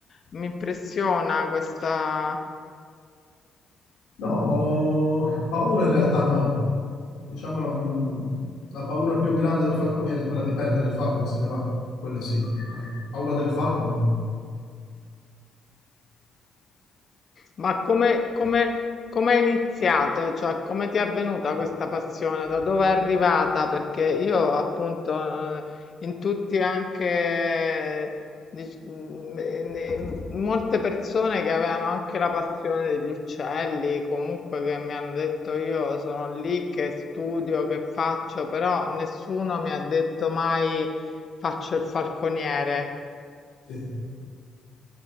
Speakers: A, on the left; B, on the left.
A: mi impressiona questa...
B: No, paura in realtà no. Diciamo la, mh, la paura più grande del falconiere è quella di perdere il falco che se ne va. Quella sì, ma paura del falco no.
A: Ma come, come, come è iniziato? Cioè, come ti è avvenuta questa passione? Da dove è arrivata? Perché io, appunto, eh, in tutti anche, dic- mm, eh, ne- molte persone che avevano anche la passione degli uccelli, comunque che mi hanno detto io sono lì che studio, che faccio, però nessuno mi ha detto mai faccio il falconiere.
B: Sì. Eh,